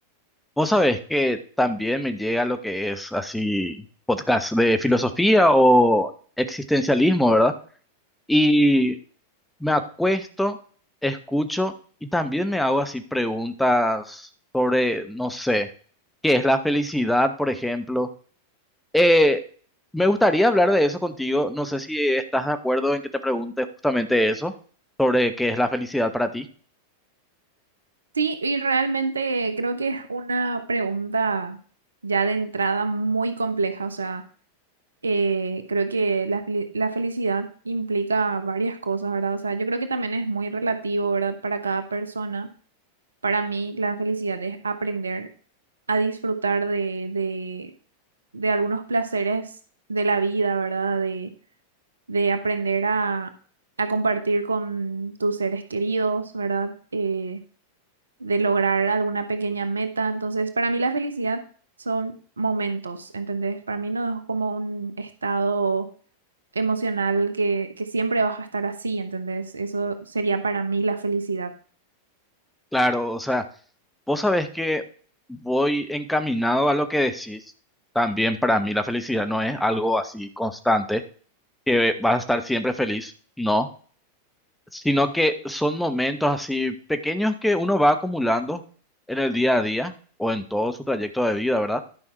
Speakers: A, in the centre; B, on the right (about 70°).
A: Vos sabés que también me llega lo que es así podcast de filosofía o existencialismo, ¿verdad? Y me acuesto, escucho y también me hago así preguntas sobre, no sé, qué es la felicidad, por ejemplo. Eh, me gustaría hablar de eso contigo. No sé si estás de acuerdo en que te pregunte justamente eso, sobre qué es la felicidad para ti.
B: Sí, y realmente creo que es una pregunta ya de entrada muy compleja. O sea, eh, creo que la, fel- la felicidad implica varias cosas, ¿verdad? O sea, yo creo que también es muy relativo, ¿verdad? Para cada persona. Para mí, la felicidad es aprender a disfrutar de, de, de algunos placeres de la vida, ¿verdad? De, de aprender a, a compartir con tus seres queridos, ¿verdad? Eh, de lograr alguna pequeña meta. Entonces, para mí la felicidad son momentos, ¿entendés? Para mí no es como un estado emocional que, que siempre vas a estar así, ¿entendés? Eso sería para mí la felicidad.
A: Claro, o sea. Vos sabés que voy encaminado a lo que decís. También para mí la felicidad no es algo así constante, que vas a estar siempre feliz, no, sino que son momentos así pequeños que uno va acumulando en el día a día o en todo su trayecto de vida, ¿verdad?